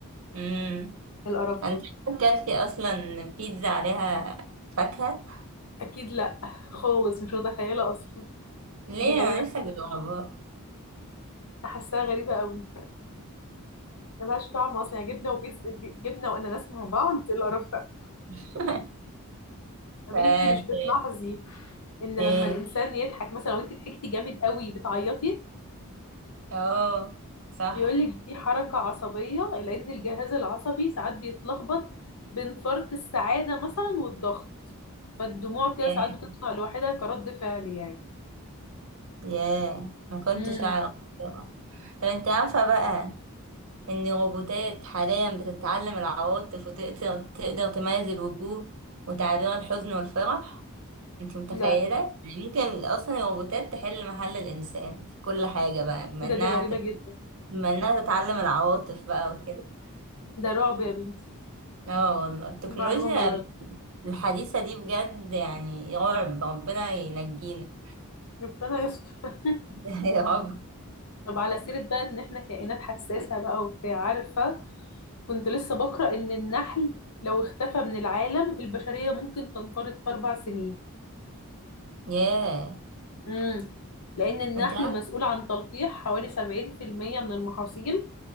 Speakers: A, on the right; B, on the left.
A: امم
B: القرف
A: انت
B: ده
A: اكلتي اصلا بيتزا عليها فاكهة
B: أكيد لأ خالص مش متخيلة أصلا
A: ليه
B: دي غريبة
A: انا لسه جربها
B: حاساها غريبة أوي ملهاش طعم اصلا يعني جبنه وبيز جبنه واناناس مع بعض إيه القرف ده
A: <laughs>
B: طب
A: ف
B: انت مش بتلاحظي ان
A: ايه
B: لما الانسان يضحك مثلا لو انت ضحكتي جامد قوي بتعيطي
A: اه صح
B: بيقول لك دي حركه عصبيه لان الجهاز العصبي ساعات بيتلخبط بين فرط السعاده مثلا والضغط فالدموع كده
A: ياه
B: ساعات بتطلع لوحدها كرد فعل يعني
A: ياه ما كنتش
B: امم
A: اعرف طبعا. طب انت عارفة بقى إن الروبوتات حاليا بتتعلم العواطف وتقدر تقدر تميز الوجوه وتعبير الحزن والفرح انت متخيلة؟
B: لا
A: يعني ممكن أصلا الروبوتات تحل محل الإنسان في كل حاجة بقى بما
B: ايه
A: إنها
B: ده دي غريبه
A: ت-
B: جدا
A: بما إنها تتعلم العواطف بقى وكده
B: ده رعب يا بنتي
A: اه والله التكنولوجيا
B: دي معلومه مرعبه
A: الحديثة دي بجد يعني يا رب ربنا ينجينا
B: ربنا يستر <laughs>
A: <laughs> يا رب
B: طب على سيرة بقى ان احنا كائنات حساسة بقى وبتاع عارفة كنت لسه بقرأ إن النحل لو اختفى من العالم البشرية ممكن تنقرض في أربع سنين
A: ياه
B: امم لأن النحل
A: انت عارف
B: مسؤول عن تلقيح حوالي 70% من المحاصيل